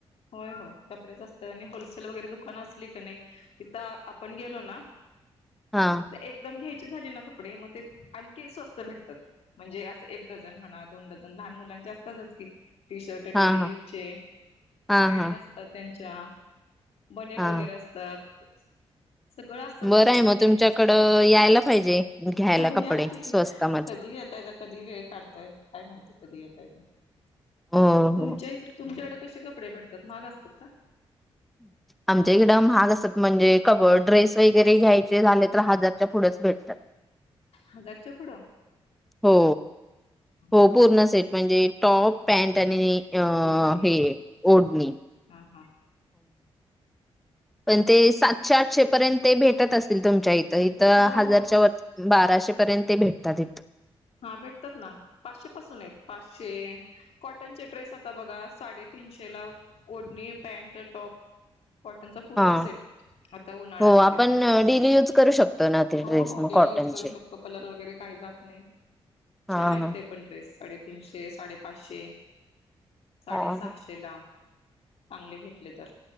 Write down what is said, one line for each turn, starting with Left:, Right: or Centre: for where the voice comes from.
Left: होय होय कपडे जास्त असतात आणि होलसेल वगैरे दुकानं असली का नाही तिथं आपण गेलो ना
Centre: हा
Left: मग एकदम घ्याय कपडे मग आणखी स्वस्त भेटतात म्हणजे अस डझन म्हणा दोन डझ लान मुलांचेअसतात की टी शर्ट
Centre: हा
Left: डेली
Centre: हा
Left: यूजचे
Centre: हा
Left: पॅ्ट
Centre: हा
Left: असतात त्यांच्या चा बनेन
Centre: हा
Left: वगैरे असतात <inaudible> सगळं असत
Centre: बरं
Left: तिथं
Centre: आहे मग
Left: ते
Centre: तुमच्याकडं
Left: हा
Centre: यायला पाहिजे घ्यायला
Left: हो
Centre: कपडे
Left: या की
Centre: स्वस्तामध्ये
Left: कधी येतय तर कधी वेळ काढताय काय माहिती कधी येत कात
Centre: हो
Left: तुमच्या
Centre: हो
Left: इकडे तुमच्याकडे कसे कपडे भटते त्यात मग असतात का
Centre: आमच्या इकडं महाग असत म्हणजे कब ड्रेस वगैरे घ्यायचे झाले तर हजारच्या पुढेच भेटतात
Left: हजार चकड
Centre: हो हो
Left: हम्म हम्म
Centre: पूर्ण सेट म्हणजे टॉप पॅंट आण आणिनी अ
Left: ओढणी
Centre: हे ओढणी
Left: हा हा
Centre: पण ते सातशे आठशे पर्यंत ते भेटत असतील तुमच्या इथ इथ
Left: हो
Centre: हजारच्या
Left: हो
Centre: व बाराशे र्यंत ते भेटतात
Left: हा भेटतात ना पाचशे पासून आहेत पाचशे कॉटनचे ्रेस आता बघा साडेतीीनशे चला ओढणी पॅनट टॉप कॉटनचा पूर्ण
Centre: हा
Left: सेट आता उन्हाळ्यामध्ये
Centre: हो आपण डेली यूज करू शकतो ना ते
Left: हो
Centre: ड्रेस
Left: हो
Centre: मग
Left: डेली
Centre: कॉटनचे
Left: यूज करू शकतो कलर वगैरे काही जात नाही
Centre: हा
Left: छान आहेत
Centre: हा
Left: ते पण ्रेस साडेतीीनशे साडे पाशे साडे
Centre: हा. हा.
Left: सहाशे ला चांगले घेतले तर